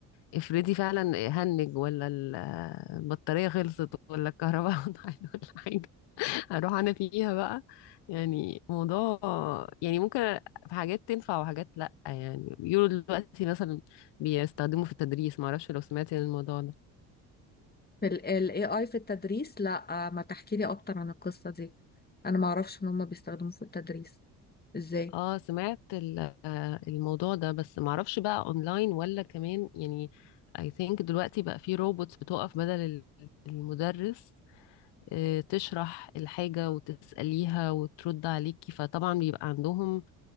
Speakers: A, on the left (about 60°); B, on the left (about 20°).
A: افرضي فعلا هنج ولا ال- البطارية خلصت ولا الكهرباء <laughs> قطعت ولا حاجة هروح انا فيها بقى يعني موضوع يعني ممكن في حاجات تنفع وحاجات لا يعني بيقولوا دلوقتي مثلا بيستخدموا في التدريس معرفش لو سمعتي عن الموضوع ده
B: في الاي اي في التدريس لا آه، ما تحكي لي اكتر عن القصة دي انا ما اعرفش ان هم بيستخدموه في التدريس ازاي
A: اه سمعت ال- آه، الموضوع ده بس معرفش بقى اونلاين ولا كمان يعني I think دلوقتي بقى في روبوتس بتقف بدل ال- المدرس آه، تشرح الحاجة وتسأليها وترد عليكي فطبعا بيبقى عندهم